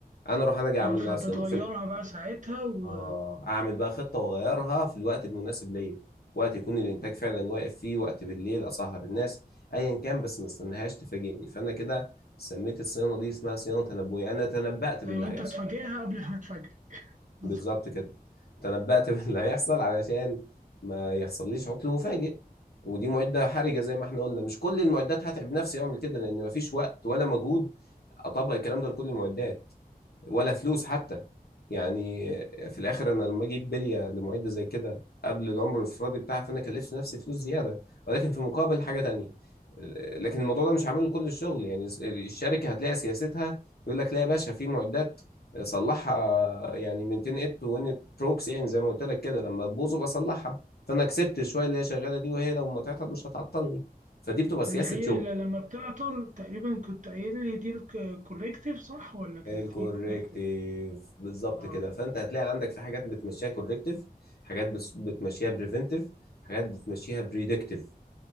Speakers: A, on the left (about 80°); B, on the right (about 55°).
A: انا اروح انا جاي
B: ف-
A: اعمل
B: فبتغيرها
A: لها صيانه في الح-
B: بقى ساعتها و
A: اه اعمل بقى خطه واغيرها في الوقت المناسب ليا وقت يكون الانتاج فعلا واقف فيه وقت بالليل اسهر الناس ايا كان بس ما استناهاش تفاجئني فانا كده سميت الصيانه دي اسمها صيانه تنبؤيه انا تنبأت باللي
B: ايوه
A: هيحصل
B: انت تفاجئها قبل ما تفاجئك بالظبط.
A: بالظبط كده تنبأت <laughs> باللي هيحصل علشان ما يحصليش عطل مفاجئ ودي معدة حرجة زي ما احنا قلنا مش كل المعدات هتعب نفسي اعمل كده لان مفيش وقت ولا مجهود اطبق الكلام ده لكل المعدات ولا فلوس حتى يعني في الاخر انا لما اجيب بليه لمعده زي كده قبل العمر الافرادي بتاعها فانا كلفت نفسي فلوس زياده ولكن في مقابل حاجه تانية لكن الموضوع ده مش عامل كل الشغل يعني الشركه هتلاقي سياستها يقول لك لا يا باشا في معدات صلحها يعني من 10 ات وان بروكس يعني زي ما قلت لك كده لما تبوظ ابقى اصلحها فانا كسبت شويه اللي هي شغاله دي وهي لو ما تعطل مش هتعطلني فدي بتبقى سياسه
B: اللي هي
A: شغل
B: اللي لما بتعطل تقريبا كنت قايل لي دي الكوريكتيف صح ولا كانت
A: الكوركتيف
B: ايه كوريكتيف
A: بالظبط
B: اه
A: كده فانت هتلاقي عندك في حاجات بتمشيها كوركتيف حاجات بس- بتمشيها بريفنتيف حاجات بتمشيها بريدكتيف